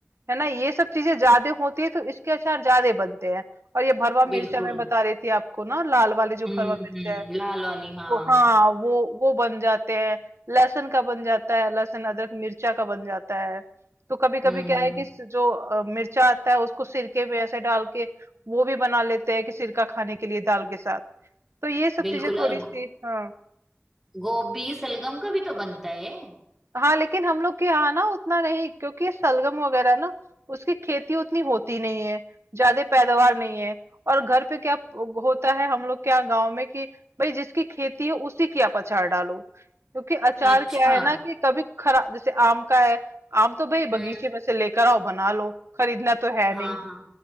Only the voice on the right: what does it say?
है ना ये सब चीजें ज्यादा होती है तो इसके अचार ज्यादा बनते हैं और ये भरवा
मिर्चा मैं बता रही थी आपको ना लाल वाले जो
भरवा मिर्चा
है
वो हाँ वो वो बन जाते हैं लहसुन का बन जाता है लहसुन अदरक मिर्चा का बन जाता है तो कभी
कभी क्या है कि स- जो अ, मिर्चा आता है उसको सिरके में ऐसे डाल के वो भी बना लेते हैं कि सिरका खाने के लिए दाल के साथ तो ये सब
चीजें थोड़ी
सी
हाँ
हाँ लेकिन हम लोग के यहाँ ना उतना नहीं क्योंकि ये सलगम वगैरह ना उसकी खेती उतनी होती नहीं है ज्यादा पैदावार नहीं है और घर पे क्या होता है हम लोग के यहाँ गाँव में कि भाई जिसकी खेती है उसी की आप अचार डालो क्योंकि अचार
क्या है ना कि कभी खरा जैसे आम का है आम तो भाई बगीचे
में से लेकर आओ बना लो खरीदना तो है
नहीं